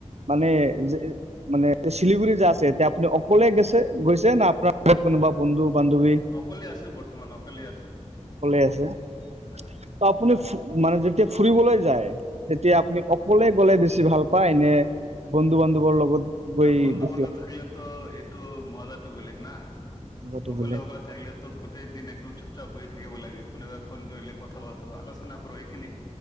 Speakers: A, on the right (about 60°); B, on the left (about 30°).
A: মানে যে মানে শিলিগুৰি যে আছে এতিয়া আপুনি অকলে গেছে-গৈছে না আপোনাৰত কোনোবা বন্ধু বান্ধৱী <unintelligible>
B: অকলে আছো বৰ্তমান অকলে আছো
A: সক আছে <unintelligible>
B: হা।
A: ত আপুনি মানে যেতিয়া ফুৰিবলৈ যায় তেতিয়া আপুনি অকলে গ'লে বেছি ভাল পায় নে? বন্ধু বান্ধৱৰ লগত? গৈ
B: না বন্ধু
A: বেছি
B: বন্ধৱ থাকিলেতো এইটো মজাটো বেলেগ না?
A: কথাটো
B: অকলে-অকলে
A: হ'লে
B: থাকিল তো গোটেই দিন একদম চুপচাপ হৈ থাকিব লাগে। কোনোবাই ফোন কৰিলে কথা পাতো আলোচনা কৰো এইখিনি